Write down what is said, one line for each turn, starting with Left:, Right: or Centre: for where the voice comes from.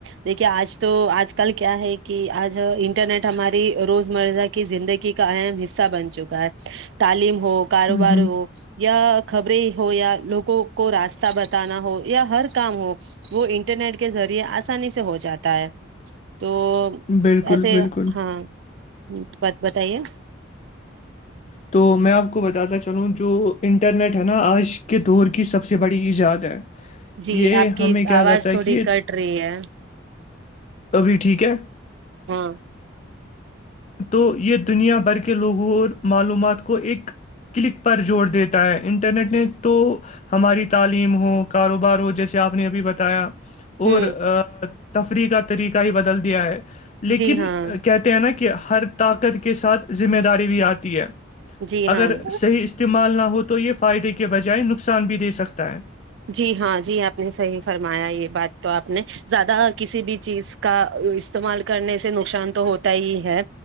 Right: دیکھیے آج تو آج کل کیا ہے کہ آج انٹرنیٹ ہماری روز مرہ کی زندگی کا اہم حصہ بن چکا ہے تعلیم ہو کاروبار
Left: ہ ہ
Right: ہو یا خبریں ہو یا لوگوں کو راستہ بتا تانا ہو یا ہر کام ہو وہ انٹرنیٹ کے ذریعے آسانی سے ہو جاتا ہے تو
Left: بالکل
Right: ایسے
Left: بالکل
Right: ہاں بات بتائیے
Left: تو میں آپ کو بتاتا چلوں جو انٹرنیٹ ہے نا آج کے دور کی سب سے بڑی ایجاد ہے
Right: جی
Left: یہ
Right: آپ کی
Left: ہمیں کیا
Right: آواز
Left: کرتا ہے
Right: تھوڑی
Left: کہ یہ
Right: کٹ رہی ہے
Left: ابھی ٹھیک ہے
Right: ہاں
Left: تو یہ دنیا بھر کے لوگوں اور معلومات کو ایک کلک پر جوڑ دیتا ہے انٹرنیٹ نے تو ہماری تعلیم ہو کاروبار ہو جیسے آپ نے ابھی بتایا اور
Right: ہ
Left: ا تفریح کا طریقہ ہی بدل دیا ہے لیکن
Right: جی ہاں
Left: کہتے ہیں نا کہ ہر طاقت کے ساتھ ذمہ داری بھی آتی ہے
Right: جی
Left: اگر
Right: ہاں
Left: صحیح اس استعمال نہ ہو تو یہ فائدے کے بجائے نقصان بھی دے سکتا ہے
Right: جی ہاں جی آپ نے صحیح فرمایا یہ بات تو آپ نے زیادہ کسی بھی چیز کا استعمال کرنے سے نقصان تو ہوتا ہی ہے